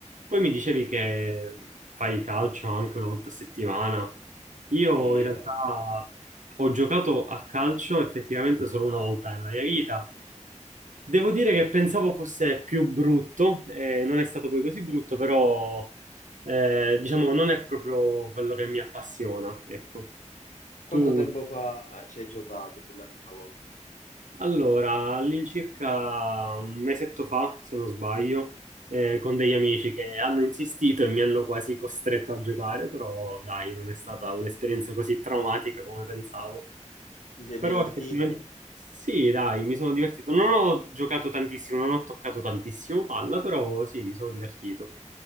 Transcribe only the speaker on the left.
Sì.
Quanto
tempo fa ci hai giocato per la prima volta?
Ti sei
divertito?